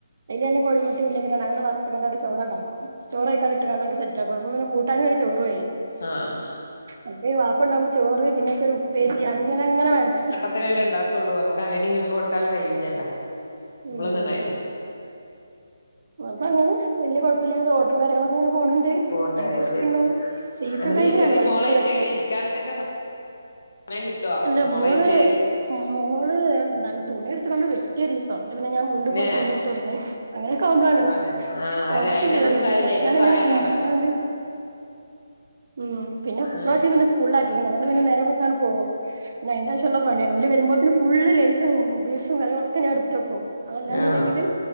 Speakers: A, on the right; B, on the left.
A: അയ്ലെന്നെ കോഴിമുട്ടി ഉള്ളി ഒക്കെട്ട് അങ്ങനെ വർത്ത്കാണ്ടാണ്ട് ചോറാണ്ടാക്കും ചോറയ്ക്കാണ്ട്ട്ട്കാണ്ട് സെ പ്പ <unintelligible> കൂട്ടാനുമായി ചോറു ആയി
B: ആഹ്
A: മറ്റേ ബാപ്പയുണ്ടാവകുമ്പോ ചോറ് പിന്നൊക്കെ ഒരു ഉപ്പേരി അങ്ങനെ അങ്ങനെ വേണ്ടേ
B: അത്രല്ലേ ഉണ്ടാക്കുള്ളൂ നമുക്ക് അങ്ങനെ ഇങ്ങനും കൊടുക്കാനും കഴിയില്ലല്ലോ നമ്മളന്നായി
A: ഉം അതങ്ങനെ വലിയ കുഴപ്പമില്ലാത ഓട്ടോ കാര്ങ്ങളൊക്കെങ്ങനെ പോണുണ്ട്
B: പോണ്ടായി
A: അയിന്റെ തിരക്കുണ്ടാവും
B: അത്ശരി
A: സീസൺ
B: എന്നിട്ട്
A: ടൈമിലാണ്
B: ഈ ചെറിയ
A: ഭയങ്കര
B: മോളായിട്ട്
A: തിരക്ക്
B: എങ്ങനെ ഇരിക്കാനൊക്കെ സമയം കിട്ടോ
A: അല്ല
B: മോളയിട്ട്
A: മോള് മോള് ന തുണി എടുത്തുകൊണ്ട് വെ <unintelligible> പിന്നെ ഞാൻ വീണ്ടും
B: ന്നെ
A: പോയി തുണി തുടന്ന് അങ്ങനെ <unintelligible>
B: പടച്ചോനെ ആഹ്
A: പുറത്ത്
B: അതെ അയിനെ
A: കേറിരുന്ന്
B: കൊണ്ടും കാര്യല്ല അയിന്റെ
A: ഞാനങ്ങനെ
B: പ്രായം
A: കുമ്പിട്ട്ക്കാണ്ട്
B: അതാണല്ലോ
A: ഉം പിന്നെ
B: ആഹ്
A: പ്രാവശ്യം പിന്നെ സ്കൂളിലാക്കി അതുകണ്ട് പിന്നെ നേരെ വെൾത്താണ്ട് പോവും. പിന്നെ എന്റെ അവശ്യള്ള പണിയാണ് ഓല് വരുമ്പോതിന് ഫുള് ലേസും ബീഴ്സും കര്യങ്ങളൊക്കെ ഞാൻ എടുത്ത് വെക്കും അതല്ലാന്ന്ണ്ടെങ്കില്
B: ആഹ്